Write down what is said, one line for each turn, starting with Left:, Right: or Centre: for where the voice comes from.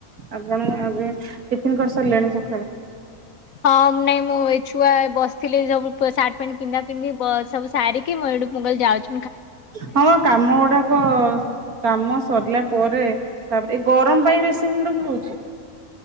Right: ଆପଣ ଏବେ ଟିଫନ୍ କରିସାରିଲେଣି ସକାଳୁ?
Left: ହଁ ନାଇଁ ମୁଁ ଏ ଛୁଆ ବସିଥିଲେ ସବୁ ପ-ସାର୍ଟ ପ୍ୟାଣ୍ଟ ପିନ୍ଧା ପିନ୍ଧି ଵ ସବୁ ସାରିକି ମୁଁ ଏଇଠୁ ମୁ କଇଲି ଯାଉଚି।
Right: ହଁ କାମ ଗୁଡାକ କାମ ସରିଲା ପରେ ତାପରେ ଏ ଗରମ ପାଇଁ ବେଶୀ ମୁଣ୍ଡ ବୁଲୁଛି